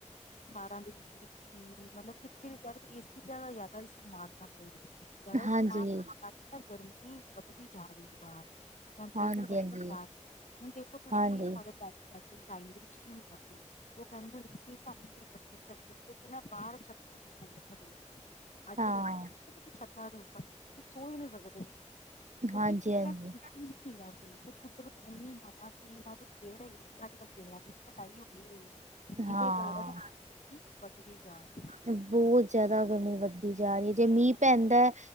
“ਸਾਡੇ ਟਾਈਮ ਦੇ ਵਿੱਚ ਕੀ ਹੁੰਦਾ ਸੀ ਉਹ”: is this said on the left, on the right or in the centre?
Left